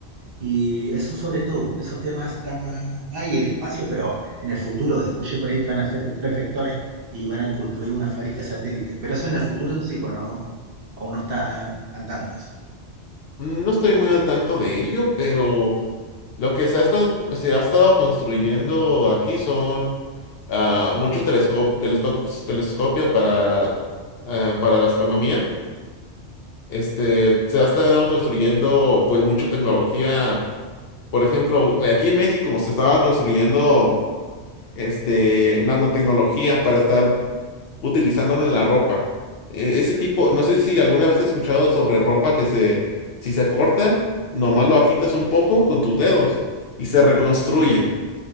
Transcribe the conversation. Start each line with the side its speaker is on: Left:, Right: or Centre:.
Right: Y eso sobre todo, esos temas están más... Hay el espacio, pero en el futuro, escuché por ahí que van a ser tres vectores y van a construir una fábrica satélite. Pero eso en el futuro, eso sí, pues no, aún no está andando eso.
Left: No estoy muy al tanto de ello, pero lo que se ha estado, se ha estado construyendo aquí son ah, muchos telescop- telesto- telescopios para, ah, para la astronomía. Este, se ha estado construyendo pues mucha tecnología. Por ejemplo, aquí en México se estaba construyendo este, nanotecnología para estar utilizándolo en la ropa. E- ese tipo, no sé si alguna vez has escuchado sobre ropa que se, si se corta, nomás lo agitas un poco con tus dedos y se reconstruye